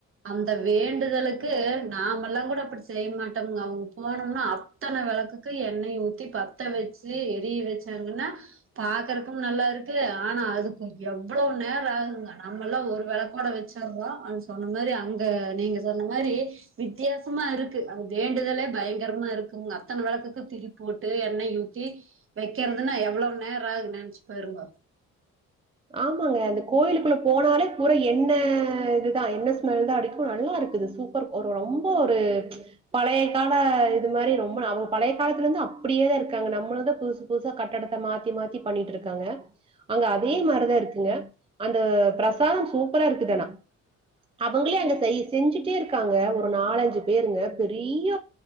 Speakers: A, on the right; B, on the right.
A: அந்த வேண்டுதலுக்கு நாமெல்லா கூட அப்படி செய்ய அவங்க போனோம்னா அத்தன வெளக்குக்கு எண்ணெய் ஊத்தி பத்த வெச்சு எரிய வெச்சாங்கன்னா பாக்குறக்கும் நல்லா இருக்கு ஆனா அதுக்கு எவ்ளோ நேரோ ஆகுங்க நம்ம எல்லா ஒரு வெளக்கோட வெச்சுறோம் சொன்ன மாரி அங்க நீங்க சொன்ன மாரி வித்தியாசமா இருக்கு அது வேண்டுதலே பயங்கரமா இருக்கு அத்தன வெளக்குக்கு திரி போட்டு எண்ணெய் ஊத்தி வைக்கறிறதுன்னா எவ்ளோ நேரோ ஆகு நெனச்சு பாருங்கோ
B: ஆமாங்க அந்த கோயிலுக்குள்ள போனாலே பூரா எண்ணெய இதுதான் எண்ணெய ஸ்மெல் தான் அடிக்கும் நல்லா இருக்குது சூப்பர் ஒரு ரொம்ப ஒரு பழைய கால இது மாரி ரொம்ப அவங்க பழைய காலத்துல இருந்து அப்பிடியேதா இருக்காங்க நம்மள தான் புதுசு புதுசா கட்டடத்தை மாத்தி மாத்தி பண்ணிட்டு இருக்காங்க அங்க அதே மாரிதா இருக்குங்க அந்த பிரசாதம் சூப்பரா இருக்குதானா அவங்களே அங்க செஞ்சிட்டே இருக்காங்க ஒரு நாலஞ்சு பேருங்க பெரிய